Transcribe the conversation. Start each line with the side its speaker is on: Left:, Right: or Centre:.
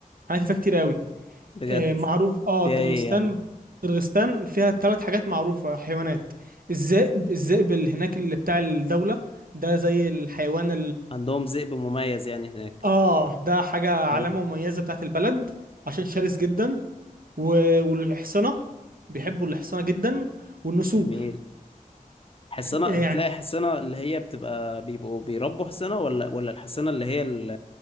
Right: حيوانات اللي فيها كتير قوي
Left: بجد
Right: آه معروف اه
Left: فيها
Right: كرغستان
Left: إيه يعني
Right: كرغستان فيها ثلاث حاجات معروفه حيوانات الذئب الذئب اللي هناك اللي بتاع الدوله ده زي الحيوان
Left: عندهم ذئب مميز يعني هناك
Right: اه ده حاجة علامة
Left: حلو
Right: مميزة بتاعت البلد عشان شرس جدا و- والحصنة بيحبوا الحصنة جدا والنسور
Left: جميل حصنة
Right: يعني
Left: هتلاقي حصنة اللي هي بتبقى بيبقوا بيربوا حصنة ولا ولا الحصنة اللي هي ال-